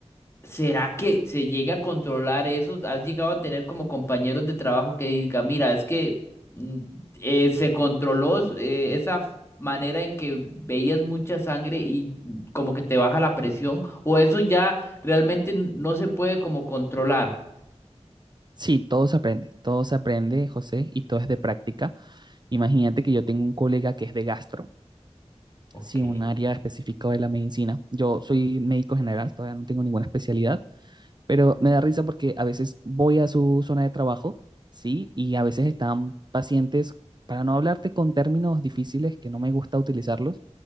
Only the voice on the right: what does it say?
Sí, todo se aprende, todo se aprende, José, y todo es de práctica. Imagínate que yo tengo un colega que es de gastro,
sí, un área específica de la medicina. Yo soy médico general, todavía no tengo ninguna especialidad, Pero me da risa porque a veces voy a su zona de trabajo, ¿sí? Y a veces están pacientes, para no hablarte con términos difíciles que no me gusta utilizarlos.